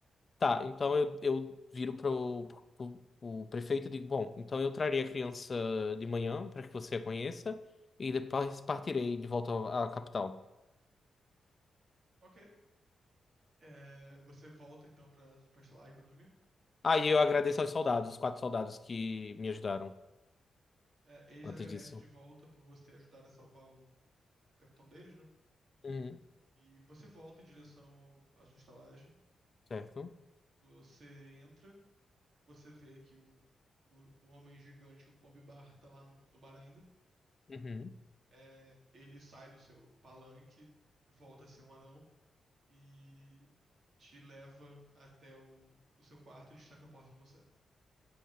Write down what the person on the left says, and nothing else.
Tá, então eu, eu viro pro, pro, pro prefeito e digo: Bom, então eu trarei a criança de manhã para que você a conheça e depois partirei de volta à capital.
Aí eu agradeço aos soldados, os quatro soldados que me ajudaram
antes
disso.
Uhum,
certo.
Uhum.